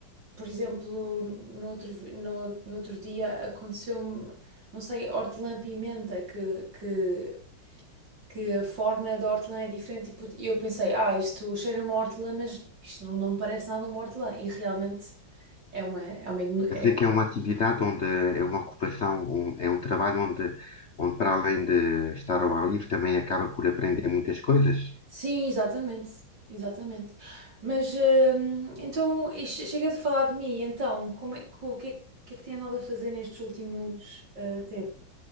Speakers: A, on the right (about 65°); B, on the left (about 45°).
A: por exemplo, no outro, vi- no, no outro dia aconteceu-me, não sei, hortelã-pimenta, que, que, que a forma da hortelã é diferente. tipo, E eu pensei, ah, isto cheira a uma hortelã, mas isto não, não parece nada uma hortelã. E realmente. É uma, é uma, igno-
B: Quer
A: é
B: dizer que é uma atividade onde é uma ocupação, um- é um trabalho onde, onde para além de estar ao ar livre também acaba por aprender muitas coisas.
A: Sim, exatamente, exatamente. Mas hum, então e che- chega de falar de mim, então, como é, co- o que é, que o que é que tem andado a fazer nestes últimos eh, tempos?